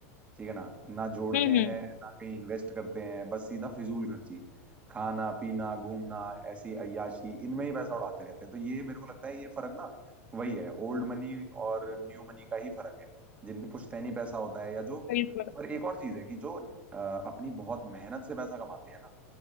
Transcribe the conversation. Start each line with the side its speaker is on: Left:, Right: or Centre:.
Right: ठीक है ना ना जोड़ते
Left: हम्म हम्म, हम्म,
Right: हैं ना कहीं इन्वेस्ट करते हैं बस सीधा फिजूल खर्ची खाना पीना घूमना ऐसी अय्याशी इनमें ही पैसा उड़ाते रहते हैं तो ये मेरे को लगता है ये फर्क ना वही है ओल्ड मनी और न्यू मनी का ही फर्क है जिन पे पुश्तैनी पैसा होता है या जो
Left: बिल्कुल
Right: पर एक और चीज है कि जो अ, अपनी बहुत मेहनत से पैसा कमाते हैं ना